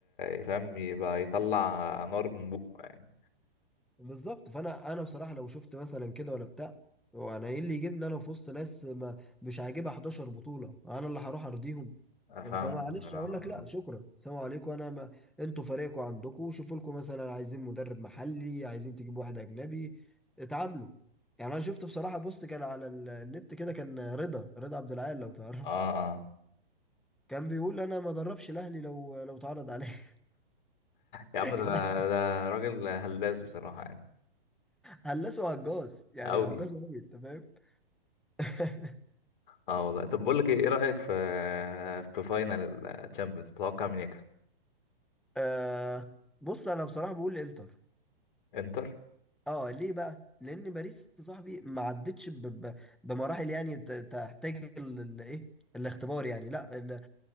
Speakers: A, on the left; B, in the centre.
A: يفهم يبقى يطلع نار من بقه يعني
B: بالظبط فانا انا بصراحه لو شفت مثلا كده ولا بتاع هو انا ايه اللي يجيبني انا في وسط ناس ما مش عاجبها 11 بطوله انا اللي هروح ارضيهم
A: فاهم
B: فمعلش
A: بصراحة
B: اقول لك لا شكرا سلام عليكم انا ما انتوا فريقكم عندكم شوفوا لكم مثلا عايزين مدرب محلي عايزين تجيبوا واحد اجنبي اتعاملوا يعني انا شفت بصراحه بص كان على ال- النت كده كان رضا رضا عبد العال لو تعرفه
A: اه اه
B: كان بيقول انا ما دربش الاهلي لو لو اتعرض عليه
A: يا
B: <laughs>
A: عم ده ده راجل هلاس بصراحة يعني
B: هلسه هجاص يعني
A: أوي
B: هجاص قوي انت فاهم <laughs>
A: اه والله طب بقول لك ايه إيه رأيك في في فاينل الشامبيونز تتوقع مين يكسب
B: آه بص انا بصراحه بقول الانتر
A: انتر
B: اه ليه بقى لان باريس يا صاحبي ما عدتش ب... ب... بمراحل يعني ت- تحتاج الايه الاختبار يعني لا ال...